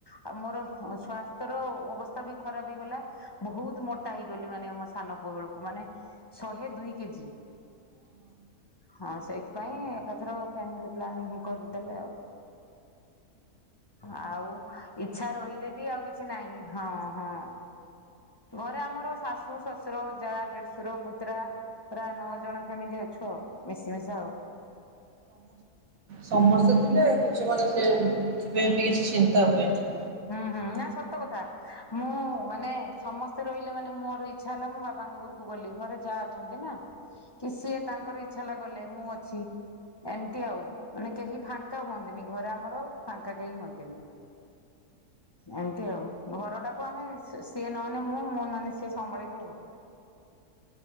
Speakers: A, on the left (about 20°); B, on the right (about 65°).
A: ଆଉ ମୋର ହଁ ସ୍ୱାସ୍ଥ୍ୟର ଅବସ୍ ତା ବି ଖରାପ ହେଇଗଲା ବହୁତ ମୋ ତା ହେଇଗଲି ମାନେ ମସ୍ ସାନ ପୁଅ ବେଳୁକୁ ମାନେ ଶହେ ଦୁଇ କେଜି ହଁ ସେଇ ପାଇଁ ଏକାଥର ଫ୍ୟାମିଲି ପ୍ଲାନିଂ ହେ କରିଦେଲେ ଆଉ ଆଉ ଇଚ୍ଛା ରହିଲେ ବି ଆଉ କିଛି ନାହିଁ ହଁ ହଁ। ଘରେ ଆମର ଶାଶୁ ଶ ଶୁର ଯା ଦଡଶୁର ପୁତୁରା ପୁରା ନଅ ଜଣ ଫ୍ୟାମିଲି ଅ ଛୁ ଆଉ ମିଶି ମିିଶା ଆଉ।
B: ସମସ୍ତେ ଥିଲେ କିଛି ମାନେ ସେଥିପାଇଁ ବି କିଛି ଚିନ୍ତା ହୁଏନି।
A: ହୁଁ ହୁଁ ନାଁ ସତ କଥା ମୁଁ ମାନେ ସମସ୍ତେ ରହିଲେ ମାନେ ମୋର ଇଚ୍ଛା ହେଲା ମୁଁ ବାପାଙ୍କ ଘରୁକୁ ଗଲି ଘରେ ଯା ଅଛନ୍ତି ନାଁ କି ସିଏ ତାଙ୍କର ଇ ଚ୍ଛା ହେଲା ଗଲେ ମୁଁ ଅଛି। ଏମତି ଆଉ ମାନେ କେହି ଫାଙ୍କା ହୁଅନ୍ତିନି ଘରେ ଆମର ଫାଙ୍କା କେହି ହୁଅନ୍ତିନି। ଏମତି ଆଉ ଘର ଟାକୁ ଆମେ ସି ସିଏ ନହେନେ ମୁଁ ମୁଁ ନହେନେ ସିଏ ସମ୍ଭାଳି ଦୋଉ ଆଉ।